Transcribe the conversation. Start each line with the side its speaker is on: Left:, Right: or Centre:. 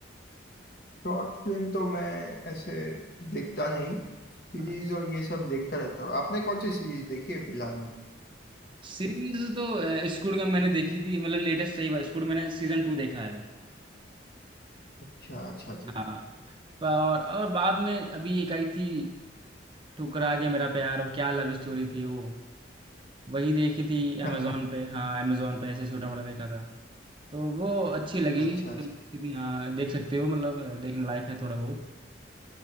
Left: शॉर्ट फिल्म तो मैं ऐसे देखता नहीं सीरीज
Right: हाँ।
Left: और ये सब देखता रहता हूँ आपने कौन सी सीरीज देखी है फिलहाल में
Right: सीरीज तो अ, स्कूल में मैंने देखी थी मतलब लेटेस्ट सही बात स्कूल मैंने सीजन टू देखा है
Left: अच्छा अच्छा जी
Right: हाँ और और बाद में अभी एक आई थी ठुकरा के मेरा प्यार वो क्या लव स्टोरी थी वो वही देखी थी अमेजोन
Left: हाँ
Right: पे हाँ अमेजोन पे ऐसे छोटा मोटा देखा था तो वो अच्छी लगी
Left: अच्छा अच्छा
Right: कि भी हाँ देख सकते हो मतलब अ, देखने लायक है थोड़ा बहुत